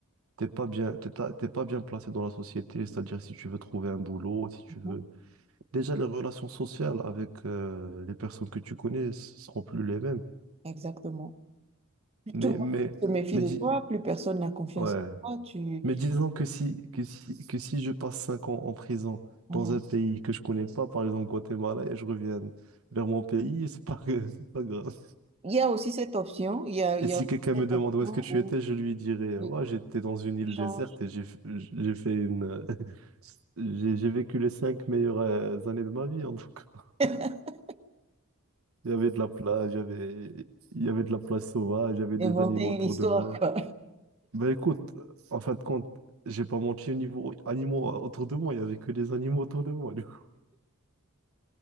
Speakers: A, on the right (about 65°); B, on the right (about 30°).
A: t'es pas bien, t'es ta- t'es pas bien placé dans la société, c'est-à-dire si tu veux trouver un boulot, si tu veux...
B: mhm,
A: Déjà, les relations sociales avec euh, les personnes que tu connais s- seront plus les mêmes.
B: exactement. Plus
A: Mais,
B: tout le monde
A: mais,
B: se méfie
A: mais,
B: de
A: dis-
B: toi, plus personne n'a confiance
A: ouais.
B: en toi. Tu...
A: Mais disons que si, que si, que si je passe 5 ans en prison
B: mhm.
A: dans un pays que je connais pas, par exemple Guatemala, et je reviens vers mon pays, <laughs> c'est pas, que- <laughs> c'est pas grave.
B: Il y a aussi cette option, il y a, il
A: Et
B: y
A: si
B: a
A: quelqu'un me
B: cette
A: demande
B: option
A: où est-ce que tu
B: où
A: étais, je lui dirais,
B: oui,
A: ouais, j'étais dans une île
B: tu changes,
A: déserte et j'ai, f- j'ai fait une, J'ai j'ai vécu les cinq meilleures euh, années de ma vie, en tout cas.
B: <laughs>
A: Il y avait de la plage, il y avait, il y avait de la plage sauvage, il y avait
B: inventer
A: des animaux autour
B: une histoire,
A: de moi.
B: quoi.
A: Ben écoute, en fin de compte, j'ai pas menti au niveau animaux euh, autour de moi, il y avait que des animaux autour de moi, du coup.